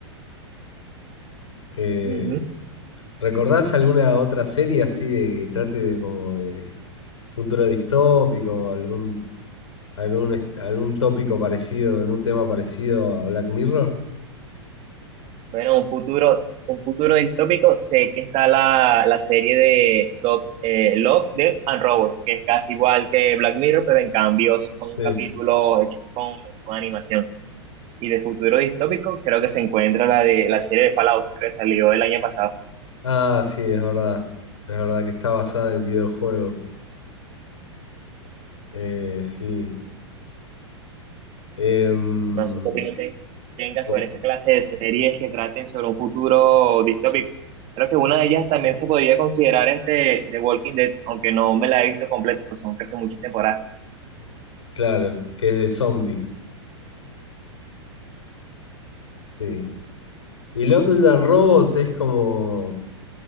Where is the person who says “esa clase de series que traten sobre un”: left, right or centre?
Right